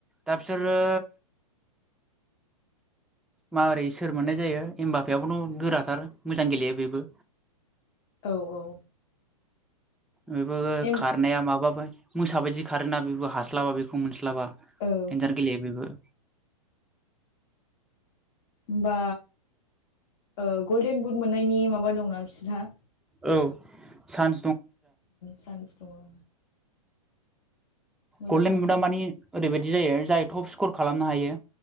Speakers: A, in the centre; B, on the left.
A: दा बिसोरो माबोरै सोर मोननाय जायो एम बापेयाबोथ गोराथार मोजां गेलेयो बेबो।
B: औ औ
A: बेबो
B: एम
A: खारनाया माबाबाय मोसाबायदि खारोना बेबो हास्लाबा बेखौ मोनस्लाब मोनस्लाबा देन्जार
B: औ
A: गेलेयो बेबो।
B: होमबा ओ गल्डेन बुद मोननायनि माबा दंना बिसोरहा?
A: औ सान
B: चान्स दङ मोजाङानो
A: गल्डेन बिुदाम मानि ओरैबायाददि जायो जाय टप स्कर खालामनो हायो